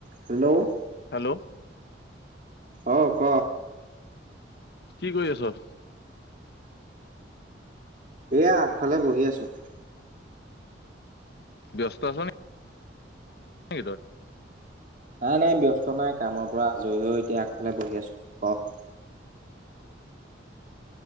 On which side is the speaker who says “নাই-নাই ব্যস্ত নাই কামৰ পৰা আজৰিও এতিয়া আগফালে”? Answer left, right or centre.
Right